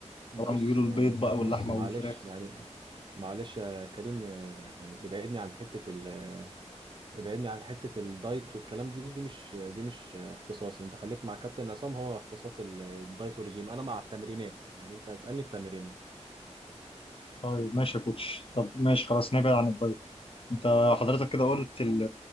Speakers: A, on the right; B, on the left.
A: بص
B: طبعا بيقولوا
A: يعني
B: البيض بقى
A: بص
B: واللحمة
A: معلش
B: والفراخ
A: يعني معلش يا كريم يعني ابعدني عن حته ال ابعدني عن حتة الدايت والكلام دي دي مش دي مش اختصاصي انت خليك مع كابتن عصام هو اختصاص ال- الدايت والرجيم انا مع التمرينات يعني انت هتسألني في تمرينات
B: طيب ماشي يا كوتش طب ماشي خلاص نبعد عن الدايت أنت حضرتك كده قلت ال-